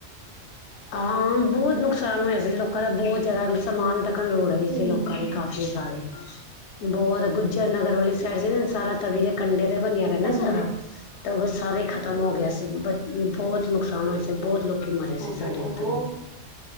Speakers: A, on the left (about 70°); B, on the right (about 30°).
A: ਹਾਂ ਬਹੁਤ ਨੁਕਸਾਨ ਹੋਇਆ ਸੀ ਲੋਕਾਂ ਦਾ ਬਹੁਤ ਜ਼ਿਆਦਾ ਸਮਾਨ ਤ ਲ ਲੋੜ ਵੇ
B: ਹੂੰ
A: ਲੋਕਾਂ ਦੇ ਕਾਫੀ ਸਾਰੇ ਬਹੁਤ ਗੁੱਜਰ ਨਗਰ ਵਾਲੀ ਸਾਈਡ ਸੀ ਨਾ ਸਾਰਾ ਤਵੀ ਦੇ ਕੰਢੇ ਤੇ ਬਨਿਆ। ਨਾ
B: ਹਾਂਜੀ
A: ਸਾਰਾ ਤੇ ਉਹ ਬ ਸਾਰੇ ਹੀ ਖ਼ਤਮ ਹੋ ਗਿਆ ਸੀ, ਬ ਬਹੁਤ ਨੁਕਸਾਨ ਹੋਇਆ ਸੀ। ਤੇ ਬਹੁਤ ਲੋਕੀ ਮਰੇ ਸੀ। ਸਾਡੇ
B: ੋ ਹੋ
A: ਇੱਧਰ ਵੀ